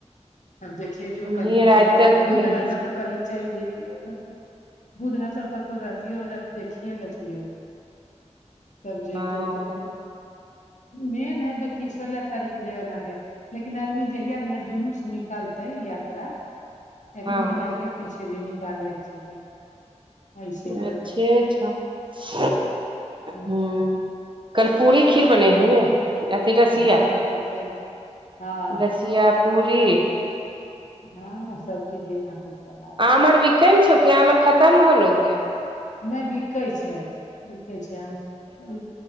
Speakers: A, on the left; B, on the right.
A: तब देखिय जो
B: हमहीं
A: कल निकलत
B: आर आज तक
A: आ त बुध
B: नहि घीच
A: रह त तऽ कलत चलि जेती ओ भूधरा चलता रोजति रोज देखीए ने लतियौ। सब जैतौ
B: हँ
A: देखै मेन है। देखही सो तारीख जगन्नाथ य लेकिन आदमी जहिया जहिया जुलूस निकलतै यात्रा एक
B: हँ
A: दू दिन आगे पीछे भी निकालै छै। ऐसे करै
B: अच्छे छै हँ।
A: हूँ,
B: कर्पूरी खीर बनेबही ने। अथी रसिया
A: हँ सोचे हँ
B: रसिया पूड़ी
A: हँ सब्जी दियना। किछ बना
B: आम आर वीकै ने छौ। कि आम आर खतम होलौ गे।
A: नहि बिकै छै। बिकै छै। आम अभी